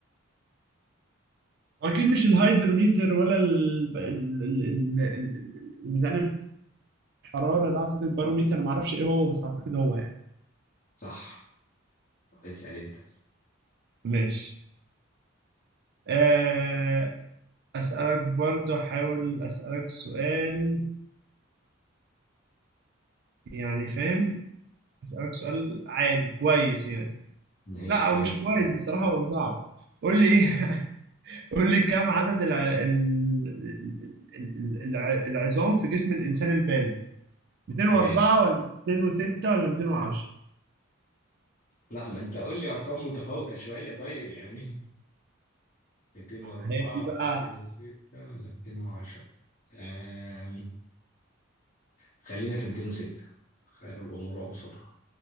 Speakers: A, on the right; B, on the left.
A: اكيد مش الهايدروميتر ولا ال- ال- ال- ال- ال- الميزان الحرارة ده أعتقد الباروميتر معرفش إيه هو بس أعتقد هو يعني
B: صح اسأل انت
A: ماشي آه، أسألك برضو أحاول أسألك سؤال يعني فاهم أسألك سؤال عادي كويس يعني
B: ماشي
A: لا
B: خلينا
A: هو مش كويس
B: نتعادل
A: بصراحة هو صعب قول لي إيه <laughs> قول لي كم عدد الع... ال... ال... ال... الع... العظام في جسم الإنسان البالغ 204
B: ماشي
A: ولا 206 ولا 210
B: لا ما انت قول لي ارقام متفاوتة شوية طيب يعني 204
A: هي دي بقى
B: ولا 206 ولا 210 أم... خلينا في 206 خير الامور اوسطها